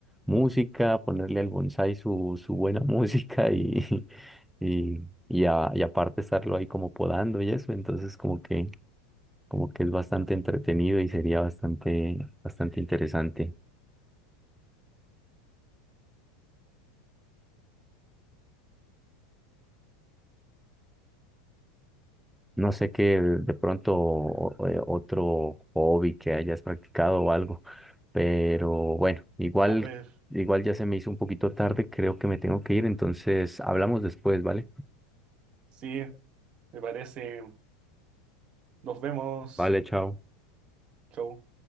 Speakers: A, in the centre; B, on the right.
A: música, ponerle al bonsái su, su buena música y, <laughs> y, y, a- y aparte estarlo ahí como podando y eso. Entonces como que, como que es bastante entretenido y sería bastante, bastante interesante. No sé qué de pronto o- o- eh, otro hobby que hayas practicado o algo, pero bueno, igual,
B: A ver,
A: igual ya se me hizo un poquito tarde, creo que me tengo que ir, entonces hablamos después, ¿vale?
B: sí, me parece. Nos vemos.
A: Vale, chao.
B: Chau.